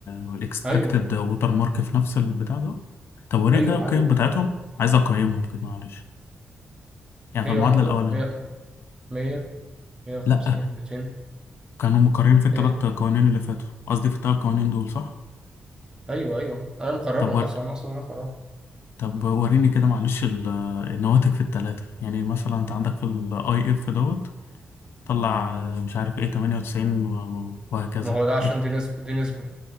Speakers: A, on the left; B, on the right.
A: والاكستراكتد
B: ايوه
A: ووتر مارك في نفس البتاع ده طب وريني
B: ايوه
A: كده القيم
B: عادي
A: بتاعتهم
B: يعني.
A: عايز اقيمهم كده معلش يعني في
B: هي
A: المعادلة
B: هم دول
A: الأولانية
B: 100 100 150
A: لأ
B: 200
A: كانوا مكررين في التلات
B: ايه
A: قوانين اللي فاتوا قصدي في التلات قوانين دول صح؟
B: ايوه ايوه انا مقررهم
A: طب ور...
B: اصلا انا اصلا انا مقررهم
A: طب وريني كده معلش ال- النواتج في التلاتة يعني مثلا أنت عندك في ال IF دوت طلع آه، مش عارف إيه 98 و- وهكذا
B: ما هو ده عشان
A: إيه
B: دي نسبة دي نسبة